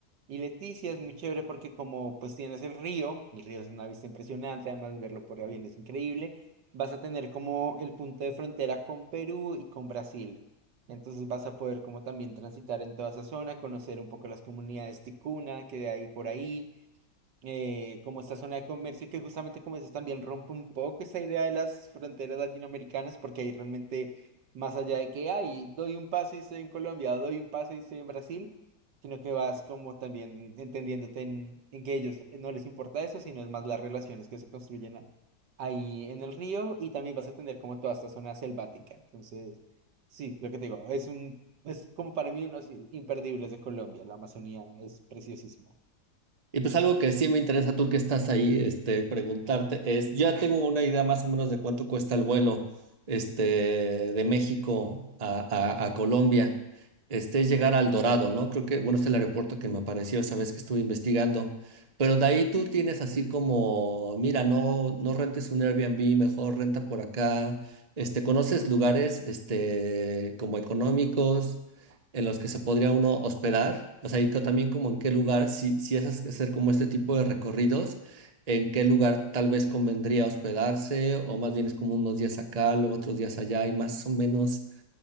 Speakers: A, on the right; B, on the right.
A: Y Leticia es muy chévere porque como pues tienes el río, el río es una vista impresionante, además verlo por avión es increíble, vas a tener como el punto de frontera con Perú y con Brasil. Entonces vas a poder como también transitar en toda esa zona, conocer un poco las comunidades ticuna que hay por ahí eh, como esta zona de comercio que justamente como dices también rompe un poco esa idea de las fronteras latinoamericanas porque ahí realmente más allá de que ay, doy un paso y estoy en Colombia o doy un paso y estoy en Brasil, sino que vas como también entendiéndote en, en que ellos no les importa eso, sino es más las relaciones que se construyen a- ahí en el río y también vas a tener como toda esta zona selvática. Entonces, sí, lo que te digo, es un... Es como para mí unos imperdibles de Colombia, la Amazonía es preciosísimo.
B: Y pues algo que sí me interesa tú que estás ahí, este, preguntarte es, yo ya tengo una idea más o menos de cuánto cuesta el vuelo, este, de México a, a, a Colombia. Este es llegar al Dorado, ¿no? Creo que, bueno, es el aeropuerto que me apareció esa vez que estuve investigando. Pero de ahí tú tienes así como, mira, no, no rentes un Airbnb, mejor renta por acá. Este, ¿conoces lugares, este, como económicos? en los que se podría uno hospedar, o sea, y co- también como en qué lugar, si, si es hacer como este tipo de recorridos, en qué lugar tal vez convendría hospedarse, o más bien es como unos días acá, luego otros días allá, y más o menos